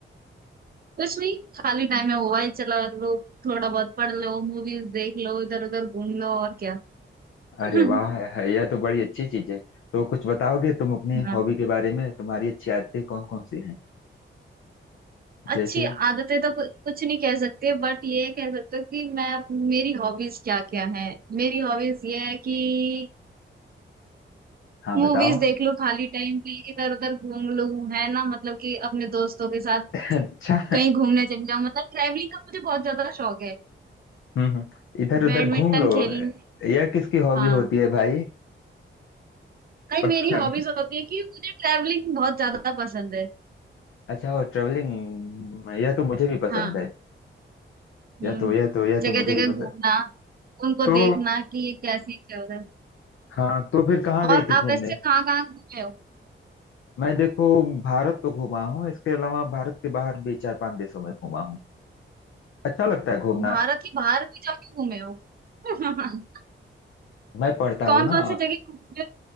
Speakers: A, on the right (about 50°); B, on the left (about 75°).
A: कुछ नहीं खाली टाइम है मोबाइल चला लो थोड़ा बहुत पढ़ लो मूवीज देख लो इधर उधर घूम लो और क्या <laughs>
B: अरे वाह है- यह तो बड़ी अच्छी चीज है तो कुछ बताओगे तुम अपनी
A: हाँ,
B: हॉबी के बारे में तुम्हारी अच्छी आदतें कौन कौन सी हैं
A: अच्छी
B: जैसे
A: आदतें तो कु- कुछ नहीं कह सकते बट ये कह सकते हो कि मैं मेरी हॉबीज क्या क्या है मेरी हॉबीज ये है कि
B: हाँ
A: मूवीज
B: बताओ
A: देख लो खाली टाइम पे इधर उधर घूम लो है ना मतलब कि अपने दोस्तों के साथ
B: <laughs> अच्छा
A: कहीं घूमने चले जाओ मतलब ट्रैवलिंग का मुझे बहुत ज्यादा शौक है
B: हम्म इधर उधर
A: बैडमिंटन
B: घूम लो
A: खेल लूं।
B: यह किसकी हॉबी
A: हाँ
B: होती है भाई
A: नहीं
B: <laughs>
A: मेरी हॉबीज होती है कि मुझे ट्रैवलिंग बहुत ज्यादा पसंद है
B: अच्छा वो ट्रेवलिंग यह तो मुझे भी पसंद
A: हाँ
B: है
A: हम्म
B: यह तो यह तो यह
A: जगह
B: तो मुझे
A: जगह
B: भी पसंद
A: घूमना उनको
B: तो
A: देखना कि ये कैसे चल रहा है
B: हाँ तो फिर कहाँ गई
A: और
B: थी घूमने
A: आप वैसे कहाँ कहाँ घूमे हो
B: मैं देखो भारत तो घूमा हूँ इसके अलावा भारत के बाहर भी चार पांच देशों में घूमा हूँ अच्छा लगता है घूमना
A: भारत के बाहर भी जाके घूमे हो <laughs>
B: मैं पढ़ता
A: कौन
B: हूँ ना
A: कौन सी जगह घूमे